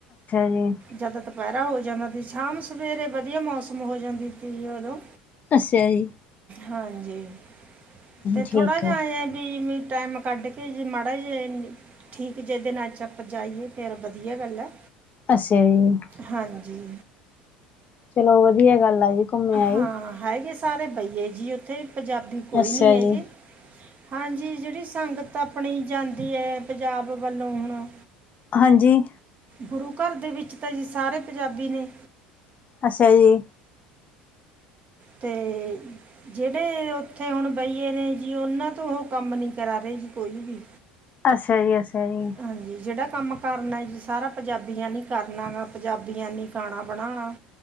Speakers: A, on the left; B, on the right.
A: ਜੀ,
B: ਜਦ ਦੁਪਹਿਰਾ ਹੋ ਜਾਂਦਾ ਸੀ ਸ਼ਾਮ ਸਵੇਰੇ ਵਧੀਆ ਮੌਸਮ ਹੋ ਜਾਂਦੀ ਸੀ ਉਦੋਂ
A: ਅੱਛਾ ਜੀ।
B: ਹਾਂਜੀ। ਤੇ
A: ਠੀਕ
B: ਥੋੜਾ ਜਿਹਾ
A: ਹੈ।
B: ਆਏ ਵੀ ਮ ਟੈਮ ਕੱਢ ਕੇ ਜੀ ਮਾੜਾ ਜੇ ਠੀਕ ਜੇ ਦਿਨ ਨਾਲ ਚ ਆਪਾਂ ਜਾਈਏ ਫੇਰ ਵਧੀਆ ਗੱਲ ਹੈ।
A: ਅਛਾ ਜੀ।
B: ਹਾਂਜੀ
A: ਚਲੋ ਵਧੀਆ ਗੱਲ ਜੀ ਘੁੰਮੇ ਆਏ
B: ਹਾਂ ਹੈਗੇ ਸਾਰੇ ਬਈਏ ਜੀ ਉੱਥੇ ਪੰਜਾਬੀ ਕੋਈ
A: ਅੱਛਾ
B: ਨੀ ਹੈਗੇ।
A: ਜੀ।
B: ਹਾਂਜੀ, ਜਿਹੜੀ ਸੰਗਤ ਆਪਣੀ ਜਾਂਦੀ ਹੈ, ਪੰਜਾਬ ਵੱਲੋਂ ਹੁਣ
A: ਹਾਂਜੀ।
B: ਗੁਰੂ ਘਰ ਦੇ ਵਿੱਚ ਤਾਂ ਜੀ ਸਾਰੇ ਪੰਜਾਬੀ ਨੇ।
A: ਅੱਛਾ ਜੀ।
B: ਤੇ ਜਿਹੜੇ ਉੱਥੇ ਹੁਣ ਬਈਏ ਨੇ, ਜੀ ਉਹਨਾਂ ਤੋਂ ਉਹ ਕੰਮ ਨੀ ਕਰਾ ਰਹੇ ਜੀ ਕੋਈ ਵੀ।
A: ਅੱਛਾ ਜ ਨਹੀਂ।
B: ਹਾਂਜੀ ਜਿਹੜਾ ਕੰਮ ਕਰਨਾ ਜੀ ਸਾਰਾ ਪੰਜਾਬੀਆਂ ਨੀ ਕਰਨਾ ਗਾ, ਪੰਜਾਬੀਆਂ ਨੇ ਖਾਣਾ ਬਣਾਉਣਾ।